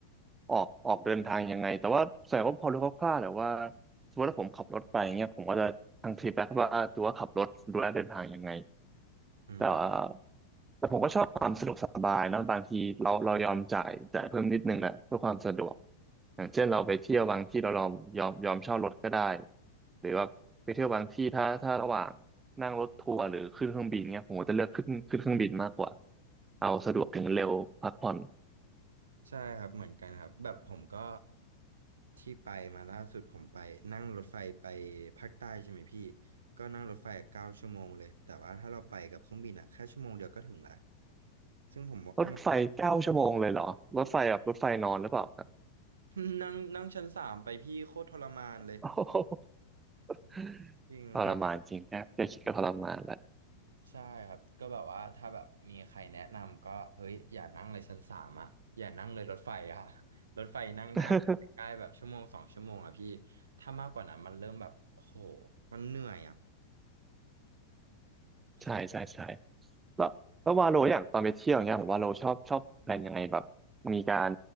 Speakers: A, on the right; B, on the right.
A: ออกออกเดินทางยังไงแต่ว่าส่วนใหญ่ก็พอรู้คร่าวๆแหละว่าสมมติว่าผมขับรถไปเงี้ยผมก็จะทางทริปแล้วว่าตัวว่าขับรถดูแลเดินทางยังไง
B: อืม
A: แต่ว่าแต่ผมก็ชอบความสะดวกสบายนะบางทีเราเรายอมจ่ายจ่ายเพิ่มนิดนึงแหละเพื่อความสะดวกอย่างเช่นเราไปเที่ยวบางที่เรายอมยอมยอมเช่ารถก็ได้หรือว่าไปเที่ยวบางที่ถ้าถ้าระหว่าง นั่งรถทัวร์หรือขึ้นเครื่องบินเงี้ยผมก็จะเลือกขึ้นขึ้นเครื่องบินมากกว่าเอาสะดวกถึงเร็วพักผ่อน
B: ใช่ครับเหมือนกันครับแบบผมก็ที่ไปมาล่าสุดผมไปนั่งรถไฟไปภาคใต้ใช่ไหมพี่ก็นั่งรถไฟเก้าชั่วโมงเลยแต่ว่าถ้าเราไปกับเครื่องบินอะแค่ชั่วโมงเดียวก็ถึงละซึ่งผมบอกก็มา
A: รถไฟเก้าชั่วโมงเลยเหรอรถไฟแบบรถไฟนอนหรือเปล่าครับ
B: <laughs> นั่งนั่งชั้นสามไปพี่โคตรทรมานเลย
A: โอ้โห <laughs>
B: จริงครับ
A: ทรมานจริงนะแค่คิดก็ทรมานแล้ว
B: ใช่ครับก็แบบว่าถ้าแบบมีใครแนะนำก็เฮ้ยอย่านั่งเลยชั้นสามอะอย่านั่งเลยรถไฟอะ <laughs> รถไฟนั่งได้แบบใกล้ๆแบบชั่วโมงสองชั่วโมงอะพี่
A: <laughs>
B: ถ้ามากกว่านั้นมันเริ่มแบบโอ้โหมันเหนื่อยอะใช่
A: ใช่ใช่ใช่แล้วแล้ววาโลอย่างตอนไปเที่ยวเงี้ยผมว่าโลชอบชอบแพลนยังไงแบบมีการ